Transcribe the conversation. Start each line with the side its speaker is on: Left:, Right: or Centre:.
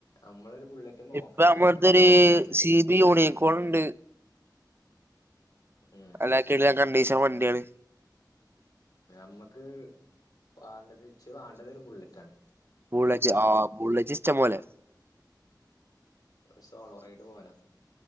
Left: നമ്മളൊരു ബുള്ളറ്റ് നോക്കാൻ
Right: ഇപ്പൊ
Left: അങ്ങനെ
Right: നമ്മളെടുതൊരു
Left: ആലോചിച്ചിണ്ട്
Right: സി ബി പോളുണ്ട്
Left: ഉം
Right: <unintelligible> കണ്ടീശൻ വണ്ടിയാണ്
Left: മ്മക്ക് വാണ്ടത് ഇച്ച് വാണ്ടത് ഒരു ബുള്ളറ്റ് ആണ്.
Right: ബുള്ളറ്റ് ആ ബുള്ളറ്റ് ഇഷ്ടം പോലെ
Left: ഒരു സോളോ റൈഡ് പോവാനാ